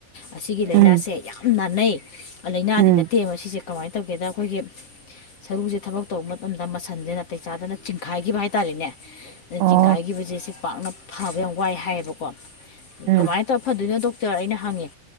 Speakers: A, on the left (about 40°); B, on the right (about 75°).
A: ꯑꯁꯤꯒꯤ ꯂꯥꯏꯅꯥꯁꯦ
B: ꯎꯝ
A: ꯌꯥꯝ ꯅꯥꯟꯅꯩ ꯂꯥꯏꯅꯥꯗꯤ
B: ꯎꯝ
A: ꯅꯠꯇꯦ ꯃꯁꯤꯁꯦ ꯀꯃꯥꯏꯅ ꯇꯧꯒꯦꯗ ꯑꯩꯈꯣꯏꯒꯤ ꯁꯔꯨꯁꯦ ꯊꯕꯛ ꯇꯧꯕ ꯃꯇꯝꯗ ꯃꯁꯥ ꯁꯟꯗ ꯅꯥꯇꯩ ꯆꯥꯗꯅ ꯆꯤꯡꯈꯥꯏꯈꯤꯕ ꯍꯥꯏꯇꯥꯥꯔꯦꯅꯦ ꯑꯗ ꯆꯤꯡꯈꯥꯏꯈꯤꯕꯁꯦ
B: ꯑꯣ
A: ꯁꯤ ꯄꯥꯛꯅ ꯐꯥꯕ ꯌꯥꯝ ꯋꯥꯏ ꯍꯥꯏꯌꯦꯕꯀꯣ
B: ꯎꯝ
A: ꯀꯃꯥꯏꯅ ꯇꯧꯔ ꯐꯗꯣꯏꯅꯣ ꯗꯣꯛꯇꯔ ꯑꯩꯅ ꯍꯪꯉꯦ